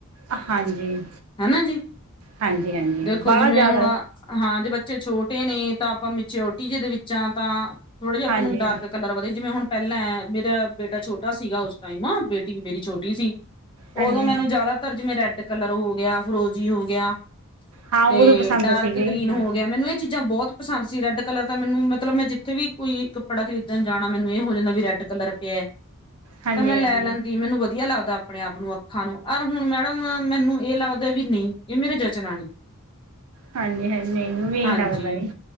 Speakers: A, on the right; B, on the left.
A: ਅ ਹਾਂਜੀ।
B: ਹਨਾ ਜੀ,
A: ਹਾਂਜੀ ਹਾਂਜੀ
B: ਦੇਖੋ
A: ਬਾਹਲਾ
B: ਜਿਵੇਂ
A: ਜ਼ਿਆਦਾ
B: ਹੁਣ ਆ ਹਾਂ ਜੇ ਬੱਚੇ ਛੋਟੇ ਨੇ, ਤਾਂ ਆਪਾਂ ਮਿਚਿਓਰਟੀ ਜਿਦੇ ਵਿੱਚਾਂ ਤਾਂ ਥੋੜਾ ਜੇ ਆਪਾਂ
A: ਹਾਂਜੀ
B: ਨੂੰ ਡਾਰਕ ਕਲਰ ਵਧੀਆ ਜਿਵੇਂ ਹੁਣ ਪੈਲਾਂ ਐ ਮੇਰਾ ਬੇਟਾ ਛੋਟਾ ਸੀਗਾ ਉਸ ਟਾਈਮ ਅ ਬੇ ਟੀ ਵੀ ਮੇਰੀ ਛੋਟੀ ਸੀ।
A: ਹਾਂਜੀ
B: ਓਦੋਂ ਮੈਨੂੰ
A: ਹਾਂ
B: ਜਾਦਾਤਰ ਜਿਵੇਂ ਰੈੱਡ ਕਲਰ ਹੋ ਗਯਾ ਫਰੋਜੀ ਹੋ ਗਯਾ
A: ਹਾਂ
B: ਤੇ
A: ਉਦੋਂ ਪਸੰਦ
B: ਡਾਰਕ
A: ਸੀਗੇ
B: ਗ੍ਰੀਨ
A: ਹਾਂ
B: ਹੋ ਗਯਾ ਤੇ ਮੈਨੂੰ ਐ ਚੀਜ਼ਾਂ ਬੋਹਤ ਪਸੰਦ ਸੀ। ਰੈੱਡ ਕਲਰ ਤਾ ਮੈਨੂੰ ਮਤਲਬ ਮੈਂ ਜਿੱਥੇ ਵੀ ਕੋਈ ਕੱਪੜਾ ਖਰੀਦਣ ਜਾਣਾ, ਮੈਨੂੰ ਏ ਹੋ ਜਾਂਦਾ ਵੀ ਰੈੱਡ ਕਲਰ ਪਯਾ
A: ਹਾਂਜੀ
B: ਤਾਂ ਮੈਂ ਲੈ
A: ਹਾਂਜੀ
B: ਲੈਂਦੀ, ਮੈਨੂੰ ਵਧੀਆ ਲੱਗਦਾ ਆਪਣੇ ਆਪ ਨੂੰ ਅੱਖਾਂ ਨੂੰ। ਅਰ ਹੁਣ ਮੈਡਮ ਮੈਨੂੰ ਏ ਲੱਗਦਾ ਵੀ ਨੀ ਏ ਮੇਰੇ ਜਚਨਾ ਨੀ।
A: ਹਾਂਜੀ-ਹਾਂਜੀ, ਮੇਨੂੰ ਵੀ ਏਹੀ
B: ਹਾਂਜੀ
A: ਲੱਗਦਾ ਏ।